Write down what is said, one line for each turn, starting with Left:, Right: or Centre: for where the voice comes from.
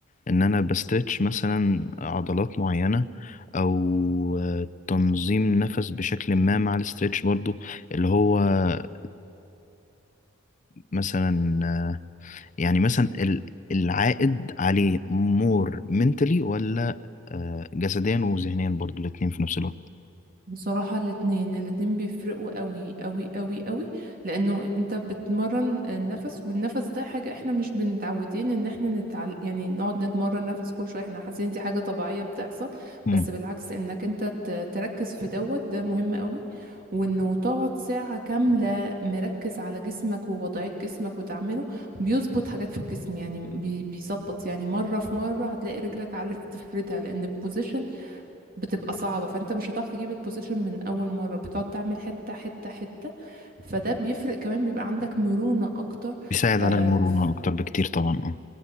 Left: ان انا بستريتش مثلا عضلات معينة او آه، تنظيم نفس بشكل ما مع الستريتش برضو اللي هو آه، مثلا آه، يعني مثلا ال- العائد عليه مور منتلي ولا آه، جسديا وذهنيا برضو الاتنين في نفس الوقت
Right: بصراحة الاتنين الاتنين بيفرقوا قوي قوي قوي قوي لأنه انت بتمرن النفس والنفس ده حاجة احنا مش بنتعودين ان احنا نتعل... يعني نقعد نتمرن نفس كل شوية احنا حاسين دي حاجة طبيعية بتحصل
Left: مم.
Right: بس بالعكس انك انت ت- تركز في دوت ده مهم قوي وانه تقعد ساعة كاملة مركز على جسمك ووضعية جسمك وتعمله بيظبط حاجات في الجسم يعني بي... بيظبط يعني مرة في مرة هتلاقي رجلك عارف تفردها لأن البوزيشن بتبقى صعبة فانت مش هتعرف تجيب البوزيشن من اول مرة بتقعد تعمل حتة حتة حتة فده بيفرق كمان بيبقى عندك مرونة اكتر
Left: بيساعد
Right: آه
Left: على المرونة
Right: ف-
Left: اكتر بكتير طبعا اه